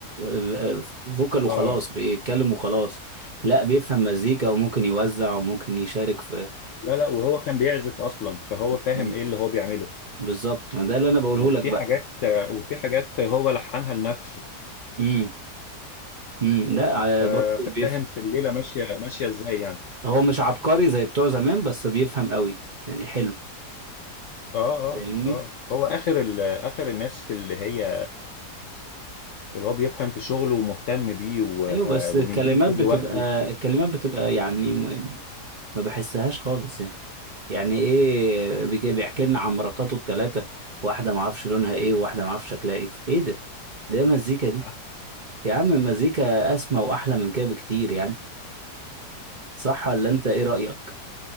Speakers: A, on the right; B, on the left.
A: آه، فوكال وخلاص
B: اه
A: بيتكلم وخلاص لا بيفهم مزيكا وممكن يوزع وممكن يشارك في
B: لا لا وهو كان بيعزف أصلا فهو فاهم
A: مم.
B: إيه اللي هو بيعمله
A: بالظبط ما ده اللي انا بقوله
B: وفي
A: لك بقى
B: حاجات آه، وفي حاجات هو لحنها لنفسه
A: امم امم لا
B: ففاهم
A: آه، برضه بيفهم
B: في الليلة ماشية ماشية إزاي يعني
A: هو مش عبقري زي بتوع زمان بس بيفهم قوي يعني حلو
B: اه
A: فاهمني
B: اه اه هو آخر ال- آخر الناس اللي هي اللي هو بيفهم في شغله ومهتم بيه و- آه،
A: ايوه بس
B: وبيديله
A: الكلمات
B: كل
A: بتبقى
B: وقته
A: الكلمات بتبقى يعني م- ما بحسهاش خالص يعني يعني ايه بيجي- بيحكي لنا عن مراتاته الثلاثه واحده ما اعرفش لونها ايه وواحده ما اعرفش شكلها ايه ايه ده
B: <laughs>
A: ده مزيكا دي يا عم المزيكا اسمى واحلى من كده بكتير يعني صح ولا انت ايه رايك